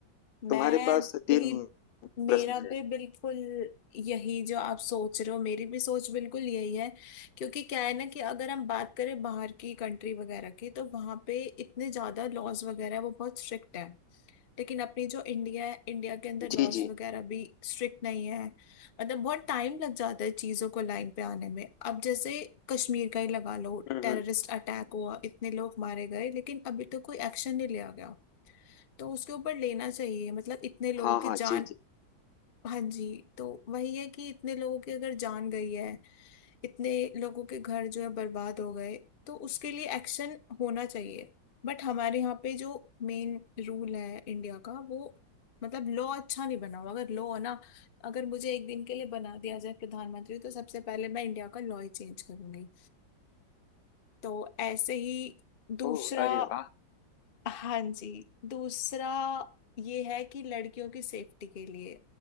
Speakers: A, on the left; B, on the left.
A: मैं
B: तुम्हारे पास तीन
A: भी मेरा
B: प्रश्न
A: भी
B: है
A: बिल्कुल यही जो आप सोच रहे हो मेरी भी सोच बिल्कुल यही है क्योंकि क्या है ना कि अगर हम बात करें बाहर की कंट्री वगैरह की तो वहां पे इतने ज्यादा लॉज वगैरह है वो बहुत स्ट्रिक्ट है लेकिन अपनी जो इंडिया है इंडिया के अंदर
B: जी
A: लॉज
B: जी
A: वगैरह भी स्ट्रिक्ट नहीं है मतलब बहुत टाइम लग जाता है चीजों को लाइन पे आने में अब जैसे कश्मीर का ही लगा लो
B: हम्म
A: टेररिस्ट
B: हम्म
A: अटैक हुआ इतने लोग मारे गए लेकिन अभी तक कोई एक्शन नहीं लिया गया तो उसके ऊपर लेना चाहिए मतलब इतने लोगों
B: हाँ हाँ
A: की जान
B: जी जी
A: हाँ जी तो वही है कि इतने लोगों की अगर जान गई है इतने लोगों के घर जो है बर्बाद हो गए तो उसके लिए एक्शन होना चाहिए बट हमारे यहाँ पे जो मेन रूल है इंडिया का वो मतलब लॉ अच्छा नहीं बना हुआ अगर लॉ ना अगर मुझे एक दिन के लिए बना दिया जाए प्रधानमंत्री तो सबसे पहले मैं इंडिया का लॉ ही चेंज करूंगी तो ऐसे ही दूसरा
B: ओह अरे वाह
A: हाँ जी दूसरा ये है कि लड़कियों की सेफ्टी के लिए